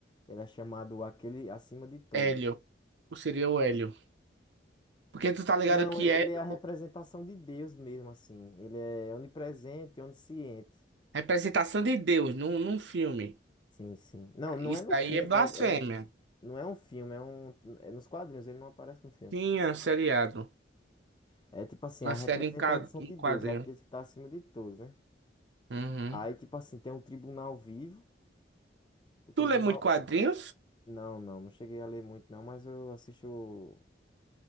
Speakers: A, on the left; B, on the right.
A: Ele é chamado aquele acima de todos.
B: Hélio. Ou seria o Hélio. Porque tu tá ligado
A: Não,
B: que
A: e- ele
B: Hélio
A: é a representação de Deus mesmo, assim. Ele é onipresente, onisciente.
B: é representação de Deus num, num filme.
A: Sim, sim. Não, não
B: Isso
A: é no
B: aí
A: filme,
B: é blasfêmia.
A: é, é- não é um filme, é um, é nos quadrinhos, ele não aparece no filme.
B: Tinha um seriado.
A: É tipo assim,
B: Uma
A: a
B: série
A: representação
B: em, ca- em
A: de Deus,
B: quadrinhos.
A: é aquele que tá acima de todos, né?
B: Uhum.
A: Aí, tipo assim, tem um tribunal vivo, o tribunal...
B: Tu lê muito quadrinhos?
A: Não, não, não cheguei a ler muito, não, mas eu assisto